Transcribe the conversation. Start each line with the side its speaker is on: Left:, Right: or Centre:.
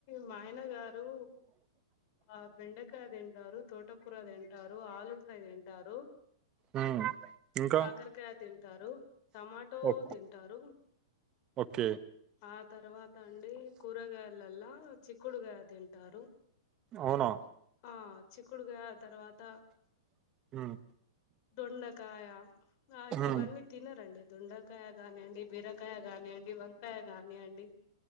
Left: మా ఆయన గారు ఆ బెండకాయ తింటారు, తోటకూర తింటారు, ఆలు ఫ్రై తింటారు,
Right: ఉమ్ ఇంకా
Left: కాకరకాయ తింటారు, టమాటో
Right: ఓ-
Left: తింటారు,
Right: ఓకే
Left: ఆ తర్వాత అండి కూరగాయ లల్లా చిక్కుడుకాయ తింటారు,
Right: అవునా
Left: ఆ చిక్కుడుగాయ తర్వాత
Right: ఉమ్
Left: దొండ కాయ ఆ గివన్నీ
Right: ఉమ్
Left: తినరండి. దొండకాయ గానీ అండి బీరకాయ కానియండి వంకాయ గానియండి